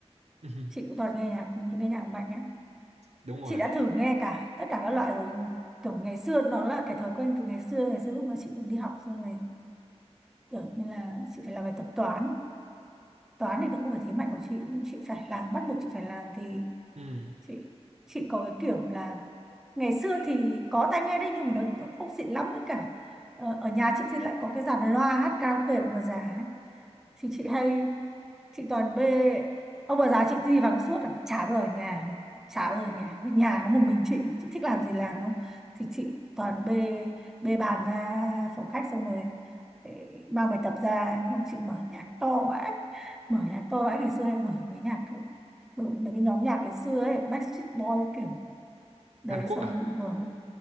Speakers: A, on the right; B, in the centre.
A: <laughs>
B: chị
A: Ừ,
B: cũng toàn nghe nhạc những cái nhạc mạnh á
A: đúng rồi
B: chị đã thử nghe cả tất cả các loại rồi nhưng mà kiểu ngày xưa nó là cái thói quen từ ngày xưa ngày xưa lúc mà chị còn đi học xong rồi kiểu như là chị phải làm bài tập toán toán thì nó không phải thế mạnh của chị nhưng chị phải làm bắt buộc chị phải làm thì
A: ừ.
B: chị chị có cái kiểu là ngày xưa thì có tai nghe đấy nhưng mà nó, nó không xịn lắm với cả ờ, ở nhà chị thì lại có cái dàn loa hát karaoke của một già thì chị hay chị toàn bê ông bà già chị đi vắng suốt à chả bao giờ ở nhà chả bao giờ ở nhà nhà có một mình chị chị thích làm gì làm đúng không thì chị toàn bê bê bàn ra phòng khách xong rồi eh, mang bài tập ra không chị mở nhạc to vãi mở nhạc to vãi ngày xưa hay mở cái nhạc kiểu, kiểu mấy cái nhóm nhạc ngày xưa ấy Backstreet Boy kiểu đấy
A: Hàn Quốc
B: xong
A: à
B: rồi mở